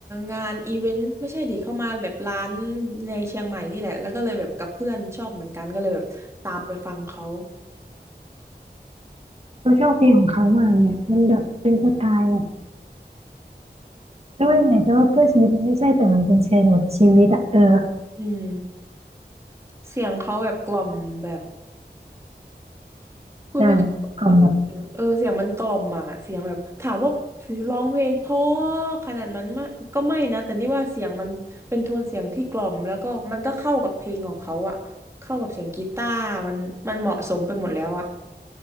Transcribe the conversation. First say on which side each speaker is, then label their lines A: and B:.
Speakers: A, on the right; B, on the right.
A: งานอีเวนต์ไม่ใช่ดิเขามาแบบร้านในเชียงใหม่นี่แหละแล้วก็เลยแบบกับเพื่อนชอบเหมือนกันก็เลยแบบตามไปฟังเขา
B: เราชอบเพลงของเขามากเลยอะมันแบบเป็นสไตล์แบบจะว่ายังไงจะว่าเพื่อชีวิตมันไม่ใช่แต่มันเป็นเชิงแบบชีวิตอะเออ
A: อืมเสียงเขาแบบกล่อมแบบพูดไม่ถูกเออเสียงเออเสียงมันกล่อมอ่ะเสียงแบบถามว่า
B: ใช่ของแบบ
A: ร้องเพลงเพราะขนาดมันไม่ก็ไม่นะแต่นี่ว่าเสียงมันเป็นโทนเสียงที่กล่อมแล้วก็มันก็เข้ากับเพลงของเขาอ่ะเข้ากับเสียงกีตาร์มันมันเหมาะสมไปหมดแล้วอ่ะ